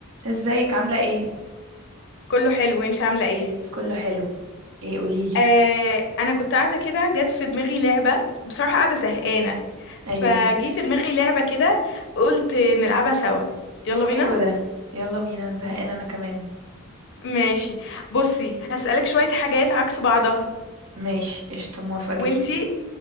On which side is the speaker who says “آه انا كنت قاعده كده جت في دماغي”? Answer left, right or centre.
Left